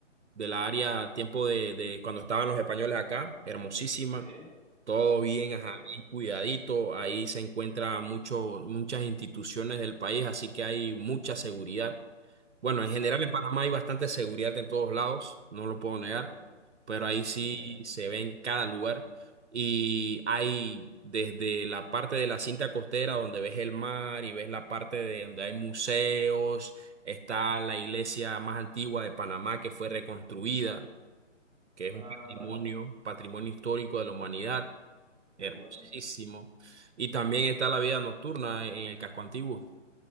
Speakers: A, on the right; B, in the centre.
A: de la área, tiempo de, de cuando estaban los españoles acá, hermosísima.
B: Sí, qué
A: Todo bien, ajá,
B: bien,
A: bien cuidadito. Ahí se encuentran muchas instituciones del país, así que hay mucha seguridad. Bueno, en general
B: ah, qué
A: en
B: bien,
A: Panamá hay bastante seguridad en todos lados, no lo puedo negar,
B: muy bien,
A: pero ahí sí
B: muy bien.
A: se ve en cada lugar y hay desde la parte de la cinta costera donde ves el mar y ves la parte de donde hay museos, está la iglesia más antigua de Panamá que fue reconstruida, que es un
B: Ah,
A: patrimonio,
B: vale,
A: patrimonio histórico de la humanidad,
B: qué
A: hermosísimo,
B: bueno.
A: y también está la vida nocturna en el casco antiguo.